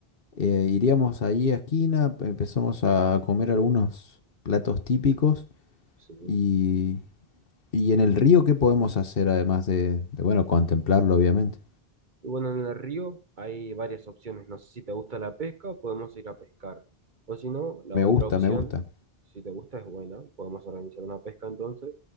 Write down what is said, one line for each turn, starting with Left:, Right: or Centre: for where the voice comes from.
Left: Eh, iríamos ahí a esquina, empezamos a comer algunos platos típicos
Right: Sí.
Left: y, y en el río, ¿qué podemos hacer además de, de, bueno, contemplarlo, obviamente?
Right: Y bueno, en el río hay varias opciones. No sé si te gusta la pesca, podemos ir a pescar. O si no, la
Left: Me
Right: otra
Left: gusta,
Right: opción,
Left: me gusta.
Right: si te gusta, es buena. Podemos organizar una pesca entonces,